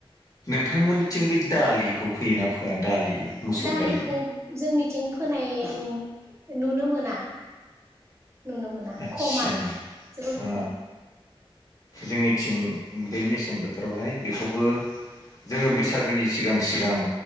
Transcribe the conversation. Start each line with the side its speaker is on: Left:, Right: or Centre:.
Left: नोंथांमोननिथिं बे दालिखौ फैयोना फोया दालि मुसुर
Right: दालिखौ
Left: दालि
Right: जोंनिथिं फोनाय नुनो मोना नुनो मोना
Left: आदसा
Right: खम आरो जोबोद
Left: ओ
Right: खम
Left: जोंनिथिं बे मेसें बोथोरावहाय बेखौबो
Right: उम
Left: जोङो बैसागोनि सिगां - सिगां